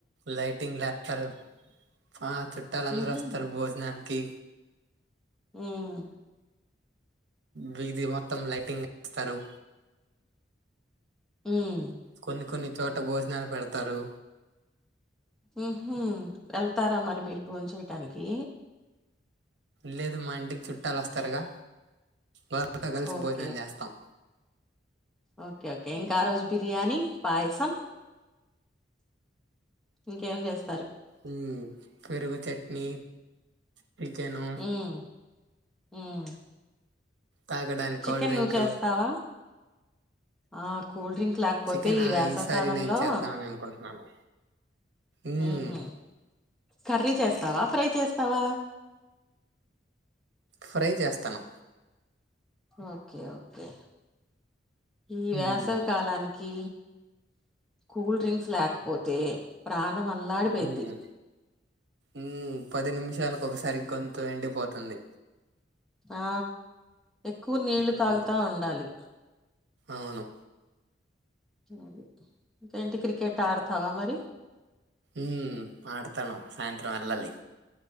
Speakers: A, on the right (about 65°); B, in the centre.
A: లైటింగ్ లేత్తారు ఆ చుట్టాలందరు
B: ఉహు
A: వస్తారు భోజనానికి
B: ఉమ్
A: బీది మొత్తం లైటింగ్ ఏస్తరు.
B: ఉమ్
A: కొన్ని కొన్ని చోట భోజనాలు పెడతారు.
B: ఉహు వెళ్తారా మరి మీరు భోన్ చెయ్యటానికి
A: లేదు మా ఇంటికి చుట్టాలు వస్తారుగా వాల్ తట కలిసి
B: ఓకే
A: భోజనం చేస్తాం.
B: ఓకే ఓకే ఇంకా ఆ రోజ బిర్యానీ పాయసం ఇంకేం చేస్
A: ఉమ్ పెరుగు చెట్నీ పికెను
B: ఉమ్ ఉమ్
A: తాగడానికి
B: చికెన్
A: కూల్ డ్రింక్
B: నువ్వు చేస్తావా? ఆ కూల్డ్రింక్ లేక్పోతే
A: చికెన్
B: ఈ
A: ఆ
B: వేసాకాలంలో
A: ఈసారి నేను చేద్దామని అనుకుంటున్నాను మ్మ్
B: ఊహు కర్రీ చేస్తావా ఫ్రై చేస్తావా?
A: ఫ్రై చేస్తాను.
B: ఓకే ఓకే ఈ వేసవి
A: మ్మ్
B: కాలానికి కూల్డ్రింక్స్ లేకపోతే ప్రాణం అల్లాడిపోయిద్ది.
A: మ్మ్ మ్మ్ పది నిమిషాలకు ఒకసారి గొంతు ఎండిపోతుంది.
B: ఆ ఎక్కువ నీళ్లు తాగుతా
A: అవును
B: ఉండాలి.
A: అవును
B: అది ఏంటి క్రికెట్ ఆడతావా మరి?
A: ఉమ్ ఆడతను సాయంత్రం వెళ్ళాలి.